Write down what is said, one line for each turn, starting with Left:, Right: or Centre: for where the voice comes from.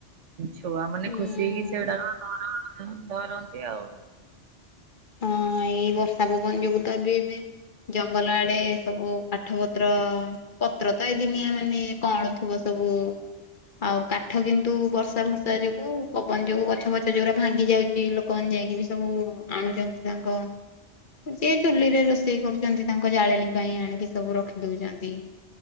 Right: ଛୁଆମାନେ
Left: ହୁଁ
Right: ଖୁସି ହେଇକି ସେଗୁଡାକ ଧର ଧରନ୍ତି ଆଉ।
Left: ହଁ ଏଇ ବର୍ଷା ପବନ ଯୋଗୁ ତ ଏବେ ଏବେ ଜଙ୍ଗଲ ଆଡେ ସବୁ କାଠପତ୍ର ପତ୍ର ତ ଏଇଦିନିଆ ମାନେ କଅଁଳୁ ଥିବ ସବୁ ଆଉ କାଠ କିନ୍ତୁ ବର୍ଷା ଫର୍ଷା ଯୋଗୁ ପବନ ଯୋଗୁ ଗଛ ଫଛ ଯୋଉଗୁରା ଭାଙ୍ଗିଯାଉଚି ଲୋକମାନେ ଯାଇକି ବି ସବୁ ଆଣୁଚନ୍ତି ତାଙ୍କ ଯିଏ ଚୁଲିରେ ରୋଷେଇ କରୁଚନ୍ତି ତାଙ୍କ ଜାଳେଣୀ ପାଇଁ ଆଣିକି ସବୁ ରଖି ଦଉଛନ୍ତି।